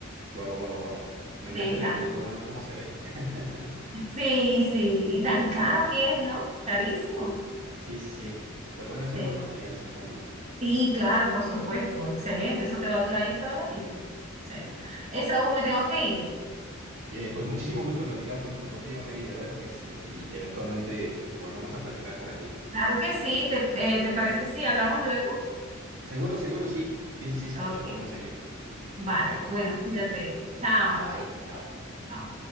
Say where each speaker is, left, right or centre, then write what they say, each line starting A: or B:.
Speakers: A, on the right; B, on the right.
A: Wow, wow, wow. <laughs> Me
B: me
A: encanta
B: encanta.
A: el granito, bueno, ¿cómo se ve? <laughs>
B: Sí, sí, y tan caro que es, ¿no? Carísimo.
A: Sí, sí, sí. Pues bueno, es un
B: Sí.
A: buen material, supongo.
B: Sí, claro, por supuesto, excelente, eso te va a durar ahí toda la vida. O sea, Esaú, me tengo que ir.
A: Eh, pues muchísimo gusto platicar con tu- contigo, Mary. A ver, este, si eventualmente volvemos a platicar por aquí.
B: Claro que sí, ¿te, eh, te parece si hablamos luego?
A: Seguro, seguro, sí. Sí, sí, sí, sí,
B: Ok,
A: eh, podemos seguir.
B: vale,
A: Bueno,
B: bueno, cuídate. Chao.
A: bye, chao.
B: Chao.